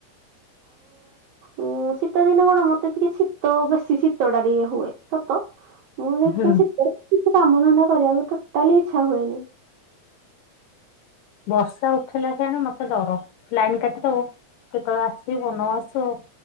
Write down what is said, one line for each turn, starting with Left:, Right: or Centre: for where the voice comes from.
Right: ଉ ଶୀତ ଦିନେ କଣ ମତେ ଟିକେ ଶୀତ ବେଶୀ ଶୀତ ଟା ଟିକେ ହୁଏ ସତ। ମୁଁ ଯେତେବେଳେ
Left: ହୁଁ
Right: ଶିତରେ କିଛି କାମ ଧନ୍ଦା କରିବାକୁ ଟୋଟାଲି ଇଚ୍ଛା ହୁଏନି।
Left: ବର୍ଷା ଉଠେଇଲା କ୍ଷଣି ମତେ ଡର ଲାଇନ୍ କାଟିଦବ। କେତେବେଳେ ଆସିବ ନଆସିବ।